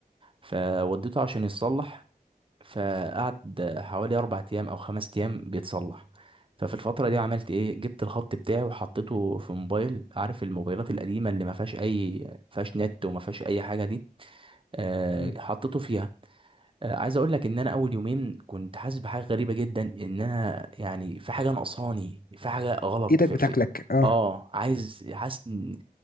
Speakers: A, on the right (about 35°); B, on the left (about 70°).
A: فوديته عشان يتصلح فقعد حوالي اربع ايام او خمس ايام بيتصلح ففي الفترة
B: مم.
A: دي عملت ايه جبت الخط بتاعي وحطيته في موبايل عارف الموبايلات القديمة اللي ما فيهاش اي ما فيهاش نت وما فيهاش اي حاجة دي آه،
B: مم.
A: حطيته فيها آه، عايز اقول لك ان انا اول يومين كنت حاسس بحاجه غريبه جدا ان انا يعني في حاجه ناقصاني في حاجه غلط
B: ايدك
A: في,
B: بتاكلك
A: في
B: اه
A: اه عايز حاسس ان